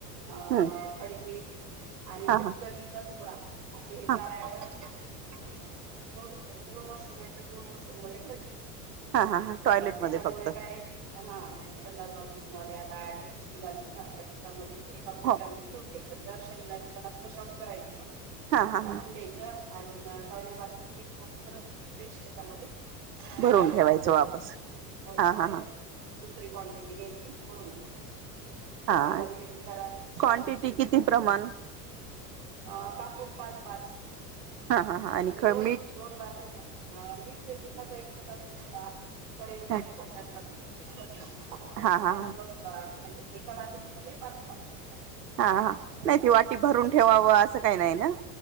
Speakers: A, on the right (about 65°); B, on the right (about 90°).
A: अ
B: हम्म
A: खडीपीठ आणि
B: हा
A: फिटकरीचा
B: हा
A: तुकडा असे हे चार
B: हा
A: आहे आपण अ दोन्ही दोन वर्षहि दोन शंभर ठेवते
B: हा हा हा टॉयलेटमध्ये
A: अ त्याच्यामुळे
B: फक्त
A: काय हा संडास बाथरूम मध्ये आता अटच निव ना त्याच्यामध्ये एका कोपऱ्यामध्ये
B: हो
A: ठेवून द्यायचं दर अशा निवाारना आपलं शाट करायचं
B: हा हा
A: टाकून
B: हा
A: द्यायच अ टॉन बाथरूम क्न करून परत फ्रेश त्याच्यामध्ये
B: भरून ठेवायचं
A: ठेवून्याय
B: वापस हा
A: परत
B: हा हा
A: दुसरी क्वांटिटी घ्यायचीून ठे ठे त्याच्यामध्ये
B: हा
A: घरात सुख शांती
B: क्वांटिटी
A: आहे
B: किती प्रमाण
A: अ काकूड पाच पाच
B: हा हा हा आणि
A: म्हणजे
B: ख
A: दोन
B: मीठ
A: दोन बाथरूमठ मिठाचा एक छोटासा डा खडे मिठाचे
B: हा
A: खडे असतात त खडे पाच
B: हा हा
A: पाच लव म्हणजे एका बाथरूम मध्ये पाच पाथरूम जात
B: हा हा नाही ती वाटी भरून ठेवावं असं काही नाही ना